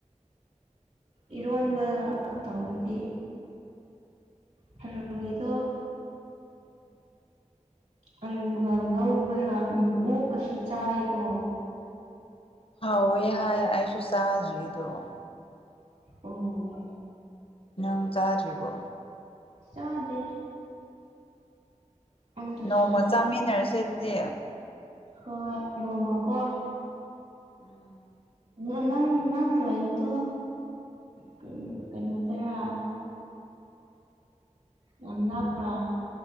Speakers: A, on the right (about 80°); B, on the left (about 45°).
A: ꯏꯔꯣꯟꯕ ꯇꯧꯔꯗꯤ ꯊꯔ‌ꯣꯏꯗ‌ꯣ ꯑꯂꯨꯒ ꯉꯧꯕꯔ ꯎ ꯑꯣꯛꯀꯁꯨ ꯆꯥꯏꯀꯣ
B: ꯍꯥꯎꯋꯦ ꯍꯥꯏ ꯑꯩꯁꯨ ꯆꯥꯗ꯭ꯔꯤꯗꯣ
A: ꯑꯣ
B: ꯅꯪ ꯆꯥꯔꯤꯕꯣ
A: ꯆꯥꯗꯦ ꯑꯝꯇ
B: ꯅꯣꯡꯃ
A: ꯁꯥꯗꯦ
B: ꯆꯥꯃꯤꯟꯅꯔꯁꯦ ꯑꯗꯨꯗꯤ
A: ꯍꯣꯏ ꯅꯣꯡꯃ ꯀꯣ
B: ꯎꯝ
A: ꯑ ꯅꯪ ꯅꯪ ꯂꯩꯁꯨ ꯀꯩꯅꯩꯅꯇꯔ ꯌꯥꯝ ꯅꯥꯄ꯭ꯔꯥ <unintelligible>